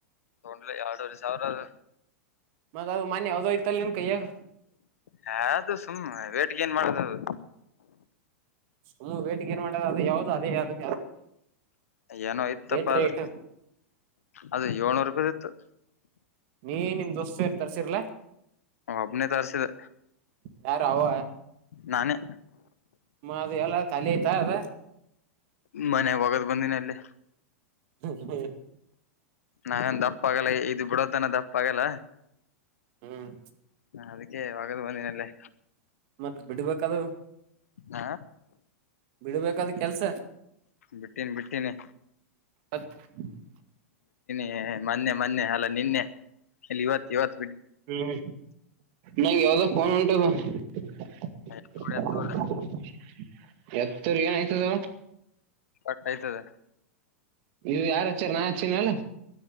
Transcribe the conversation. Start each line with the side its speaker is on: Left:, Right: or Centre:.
Left: ತಗೊಂಡಿಲ್ಲ ಎರಡೂವರೆ ಸಾವಿರ ಅದು
Right: ಮತ್ತ ಅದು ಮನ್ಯ ಯಾವ್ದೋ ಇತಲ್ಲ ನಿನ್ ಕೈಯ್ಯಗ
Left: ಹಾದು ಸುಮ್ಮ್ನೆ ವೇಟ್ ಗೇನ್ ಮಾಡದದು
Right: ಹ್ಮ್ ವೇಟಿ ಗೈನ್ ಮಾಡದು ಅದೇ ಯಾವ್ದು ಅದೆ ಯಾವ್ದು
Left: ಏನೋ ಇತ್ತಪ್ಪ
Right: ಏಟ್ ರೇಟ್
Left: ಅದು...... ಅದು ಏಳ್ನೂರು ರೂಪಾಯ ಇತ್ತು
Right: ನೀ ನಿಮ್ ಡೋಸ್ತ ತರ್ಸಿರ್ಲ
Left: ಒಬ್ಬನೇ ತರ್ಸಿದೆ
Right: ಯಾರು ಅವ
Left: ನಾನೇ
Right: ಮತ್ತೆ ಎಲ್ಲ ಕಾಲಿ ಆಯ್ತಾ ಅದು
Left: ಮನ್ಯಾಗ ಹೊಗದೇ ಬಂದಿನ ಇಲ್ಲಿ
Right: ಹ್ಮ ಹ್ಮ
Left: ನಾವೇನು ದಪ್ಪಾಗಲ್ಲ ಇದು ಬಿಡದು ನ ದಪ್ಪ ಆಗಲ್ಲ
Right: ಹ್ಮ್
Left: ಅದಕ್ಕೆ ಆಗದು ಬಂದಿನಲ್ಲೇ
Right: ಮತ್ತ ಬಿಡ್ಬೇಕದು
Left: ಹಾ
Right: ಬಿಡ್ಬೇಕದು ಕೆಲ್ಸ
Left: ಬಿಟ್ಟಿನಿ ಬಿಟ್ಟಿನಿ
Right: ಹತ್ತು
Left: ಹ ಮೊನ್ನೆ ಮೊನ್ನೆ ಅಲ್ಲ ನೆನ್ನೆ ಇಲ್ಲ ಇವತ್ತು ಇವತ್ತು
Right: ಹ್ಮ್ ನಂಗೆ ಯಾವ್ದ ಫೋನ್ ಉಂಟದ ಹ
Left: ಎತ್ಕೊಳ ಎತ್ಕೊಳ
Right: <inaudible> ಎತ್ತರು ಏನಯ್ತದ
Left: ಒಟ್ಟ ಆಯ್ತದ
Right: ನೀವು ಯಾರಚ್ಚಾರ ನಾ ಹಚ್ಚಿಲೆನ